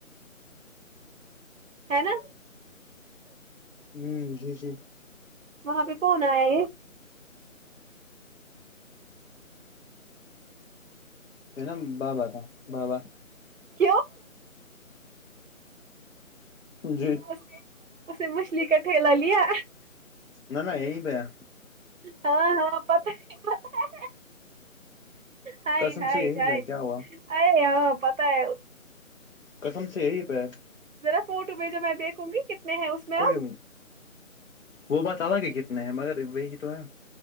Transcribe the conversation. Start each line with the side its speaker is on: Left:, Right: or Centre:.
Right: ہے نا
Left: ہوں جی جی
Right: وہاں پہ کون آیا یہ
Left: یہ نا بابا تھا بابا
Right: کیو
Left: جی
Right: اسنےاسنے مچھلی کا ٹھیلا لیا
Left: نہ نہ یہی پہ ہے
Right: ہاں ہاں پتا ہی پتا ہے ہائے
Left: قسم
Right: ہائے
Left: سے یہی
Right: آائے
Left: پہ کیا ہوا
Right: آئے ہاں پتہ ہے
Left: قسم سے یہی پہ ہے
Right: ذرا فوٹو بھیجو میں دیکھوں گی کتنے ہیں اس میں
Left: کوئی
Right: اب
Left: و وه بات الگ ہے کتنے ہیں مگر وہی تو ہے